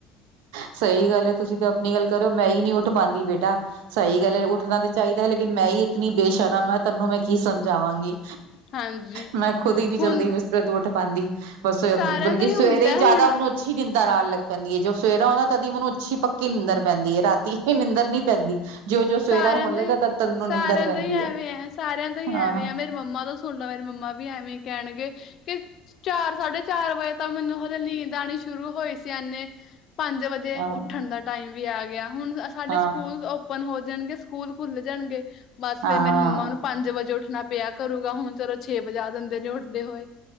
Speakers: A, on the right (about 85°); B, on the left (about 50°).
A: ਸਹੀ ਗੱਲ ਏ ਤੁਸੀਂ ਤੇ ਆਪਨੀ ਗੱਲ ਕਰੋ ਮੈਂ ਹੀ ਨੀ ਉੱਠ ਪਾਦੀ ਬੇਟਾ। ਸਹੀ ਗੱਲ ਐ ਉੱਠਣਾ ਤੇ ਚਾਹੀਦਾ ਹੈ ਲੇਕਿਨ ਮੈਂ ਹੀ ਇਤਨੀ ਬੇਸ਼ਰਮ ਆ ਤੈਨੂੰ ਮੈਂ ਕੀ ਸਮਝਾਵਾਂਗੀ?
B: ਹਾਂਜੀ
A: ਮੈਂ ਖੁਦ ਹੀ ਨੀ ਜਲਦੀ
B: ਹੁਣ
A: ਬਿਸਤਰੇ ਤੋਂ ਉੱਠ ਪਾਦੀ ਬ ਬਤਲਕਿ
B: ਸਾਰਿਆਂ ਦਾ
A: ਸਵੇਰੇ
B: ਹੁੰਦਾ
A: ਹੀ
B: ਹੁਣ
A: ਜਾਦਾ ਮੈਨੂੰ- <unintelligible> ਦਰ ਆਣ ਲੱਗ ਪੈਂਦੀ ਏ ਜੋ ਸਵੇਰਾ ਉਂਦਾ ਤਦੀ ਮੈਨੂੰ ਅੱਛੀ ਪੱਕੀ ਨਿੰਦਰ ਪੈਂਦੀ ਏ ਰਾਤੀ ਨਿੰਦਰ ਨੀ ਪੈਂਦੀ। ਜੋ ਜੋ
B: ਸਾਰਿਆਂ
A: ਸਵੇਰਾ ਹੋਣ
B: ਦਾ
A: ਲੱਗਦਾ
B: ਹੀ,
A: ਤਦ ਤਦ ਮੈਨੂੰ
B: ਸਾਰਿਆਂ
A: ਨਿੰਦਰ ਪੈਂਦੀ
B: ਦਾ ਹੀ ਐਵੇਂ
A: ਹੈ
B: ਐ, ਸਾਰਿਆਂ ਦਾ ਹੀ
A: ਹਾਂ
B: ਐਵੇਂ ਐ ਮੇਰੀ ਮੰਮਾ ਤੋਂ <unintelligible> ਮੇਰੀ ਮੰਮਾ ਵੀ ਐਵੇਂ ਕਹਿਣਗੇ ਕਿ ਚਾਰ ਸਾਢੇ ਚਾਰ ਵਜੇ ਤਾਂ ਮੈਨੂੰ ਹਲੇ ਨੀਂਦ ਆਨੀ ਸ਼ੁਰੂ ਹੋਈ ਸੀ ਏਨੇ ਪੰਜ ਵਜੇ
A: ਹਾਂ
B: ਉਠਨ ਦਾ ਟਾਈਮ ਵੀ ਆ ਗਿਆ ਹੁਣ ਸਾਡੇ
A: ਹਾਂ
B: ਸਕੂਲਸ ਔਪਨ ਹੋ ਜਨ ਗੇ ਸਕੂਲ ਖੁੱਲ ਜਨ ਗੇ ਬਸ ਫੇਰ
A: ਹਾਂ
B: ਮੇਰੀ ਮੰਮਾ ਨੂੰ ਪੰਜ ਵਜੇ ਉੱਠਣਾ ਪਿਆ ਕਰੂਗਾ ਹੁਣ ਚਲੋ ਛੇ ਵਜਾ ਦੇਂਦੇ ਨੇ ਉੱਠਦੇ ਹੋਏ।